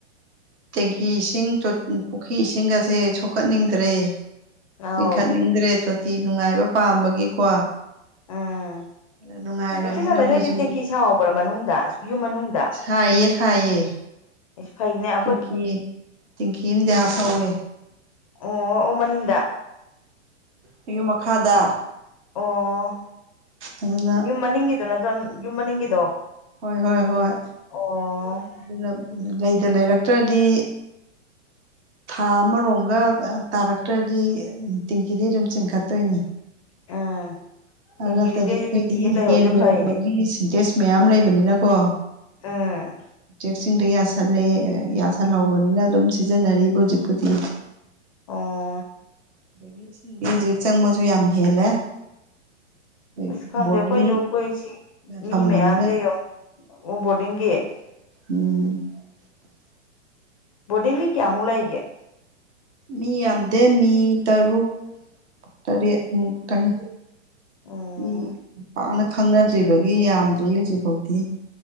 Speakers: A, on the right; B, on the left.
A: ꯇꯦꯡꯀꯤ ꯏꯁꯤꯡ ꯄꯨꯈ꯭ꯔꯤ ꯏꯁꯤꯡ ꯑꯁꯦ ꯁꯣꯛꯀꯠꯅꯤꯡꯗ꯭ꯔꯦ
B: ꯑꯧ
A: ꯆꯤꯡꯈꯠꯅꯤꯡꯗ꯭ꯔꯦ ꯇꯣꯇꯤ ꯅꯨꯡꯉꯥꯏꯕ ꯄꯥꯝꯕꯒꯤꯀꯣ
B: ꯎꯝ
A: ꯑꯗ ꯅꯨꯡꯉꯥꯏꯔꯕꯅꯤꯅ
B: ꯁꯤ ꯁꯝꯅ
A: ꯑꯩꯈꯣꯏꯁꯨ
B: ꯅꯣꯏꯗꯤ ꯇꯦꯡꯀꯤ ꯁꯥꯍꯧꯕ꯭ꯔꯥ ꯃꯅꯨꯡꯗꯄꯤꯌꯨ ꯃꯅꯨꯡꯗ
A: ꯍꯥꯏꯥꯏꯑꯌꯦꯁ ꯍꯥꯏꯥꯏꯑꯌꯦ
B: ꯏꯁꯤ ꯐꯥꯏꯅꯦ
A: ꯇꯦꯡꯀꯤ ꯇꯦꯡꯀꯤ ꯑꯃꯗ ꯍꯥ ꯐꯧꯏꯦ
B: ꯑꯣ ꯑꯣ ꯃꯅꯤꯡꯗ
A: ꯃꯌꯨꯝ ꯃꯈꯥꯗ
B: ꯑꯣ
A: ꯑꯗꯨꯅ
B: ꯌꯨꯝ ꯃꯅꯤꯡꯒꯤꯗꯣ ꯅꯠꯇ꯭ꯔꯣ ꯌꯨꯝ ꯃꯅꯤꯡꯒꯤꯗꯣ
A: ꯍꯣꯏ ꯍꯣꯏ ꯍꯣꯏ
B: ꯑꯣ
A: ꯑꯗꯨꯅ ꯂꯩꯗ ꯂꯩꯔꯛꯇ꯭ꯔꯗꯤ ꯊꯥ ꯑꯃꯔꯣꯝꯒ ꯇꯥꯔꯛꯇ꯭ꯔꯗꯤ ꯇꯦꯡꯀꯤꯗꯤ ꯑꯗꯨꯝ ꯆꯤꯡꯈꯠꯇꯣꯏꯅꯤ
B: ꯎꯝ ꯇꯦꯡꯀꯤꯗꯤ
A: ꯑꯗꯨ ꯅꯠꯇ꯭ꯔꯗꯤ
B: ꯅꯣꯏꯗꯤ
A: ꯑꯩꯈꯣꯏꯗꯤ
B: ꯇꯦꯡꯀꯤ ꯑꯃ ꯂꯩꯍꯧꯔꯤꯗꯣ
A: ꯌꯦꯟ ꯂꯣꯏꯔꯝꯕꯒꯤ
B: ꯐꯩꯅꯦ
A: ꯁꯤꯟꯇꯦꯖ ꯃꯌꯥꯝ ꯂꯩꯕꯅꯤꯅꯀꯣ
B: ꯎꯝ
A: ꯎꯆꯦꯛꯁꯤꯡꯗ ꯌꯥꯁꯜꯂꯦ ꯌꯥꯁꯜꯍꯧꯕꯅꯤꯅ ꯑꯗꯨꯝ ꯁꯤꯖꯤꯟꯅꯔꯤꯕ ꯍꯧꯖꯤꯛꯄꯨꯗꯤ
B: ꯑꯥ
A: ꯑꯗꯒꯤ ꯏꯁꯤꯡꯗꯤ ꯍꯧꯖꯤꯛ ꯆꯪꯕꯁꯨ ꯌꯥꯝ ꯍꯦꯜꯂꯦ ꯑꯩꯣꯏ
B: ꯑꯁ ꯈꯪꯗꯦ
A: ꯕꯣꯔꯗꯤꯡ
B: ꯑꯩꯈꯣꯏꯁꯨ ꯑꯩꯈꯣꯏꯁꯤ ꯃꯤ
A: ꯊꯝꯕꯅꯤꯅ
B: ꯃꯌꯥꯝꯁꯦ ꯑꯣ ꯕꯣꯔꯗꯤꯡꯒꯤ
A: ꯎꯝ
B: ꯕꯣꯔꯗꯤꯡꯗꯤ ꯀꯌꯥꯃꯨꯛ ꯂꯩꯒꯦ
A: ꯃꯤ ꯌꯥꯝꯗꯦ ꯃꯤ ꯇꯔꯨꯛ ꯇꯔꯦꯠꯃꯨꯛꯀꯅꯤ
B: ꯎꯝ
A: ꯃꯤ ꯄꯥꯛꯅ ꯈꯪꯅꯗ꯭ꯔꯤꯕꯒꯤ ꯌꯥꯝꯗ꯭ꯔꯤ ꯍꯧꯖꯤꯛꯐꯥꯎꯗꯤꯤ